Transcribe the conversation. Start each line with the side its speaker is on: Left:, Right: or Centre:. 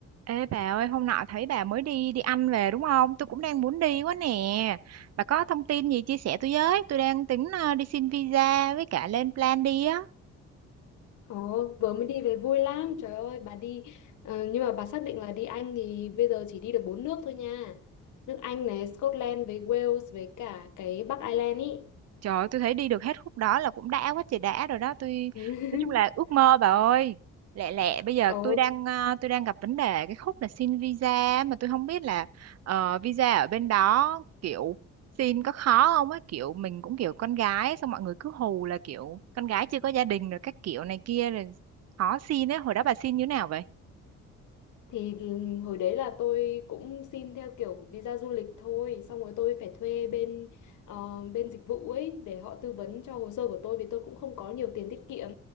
Right: Ê bà ơi, hôm nọ thấy bà mới đi đi ăn về đúng không? Tôi cũng đang muốn đi quá nè. Bà có thông tin gì chia sẻ tôi với? Tôi đang tính ờ, đi xin visa với cả lên plan đi á.
Left: Ồ, vừa mới đi về vui lắm, trời ơi, bà đi, ờ, nhưng mà bà xác định là đi Anh thì bây giờ chỉ đi được bốn nước thôi nha. Nước Anh này, Scotland với Wales với cả cái Bắc Ireland ý.
Right: Trời ơi, tôi thấy đi được hết khúc đó là cũng đã quá trời đã rồi đó. Tôi
Left: <laughs>
Right: nói chung là ước mơ bà ơi. Lẹ lẹ bây giờ
Left: Ồ,
Right: tôi đang à, tôi đang gặp vấn đề cái khúc là xin visa mà tôi không biết là ờ, visa ở bên đó kiểu xin có khó không á, kiểu mình cũng kiểu con gái xong mọi người cứ hù là kiểu con gái chưa có gia đình rồi các kiểu này kia rồi khó xin ấy. Hồi đó bà xin như thế nào vậy?
Left: thì hồi đấy là tôi cũng xin theo kiểu visa du lịch thôi xong rồi tôi phải thuê bên ờ, bên dịch vụ ấy để họ tư vấn cho hồ sơ của tôi vì tôi cũng không có nhiều tiền tiết kiệm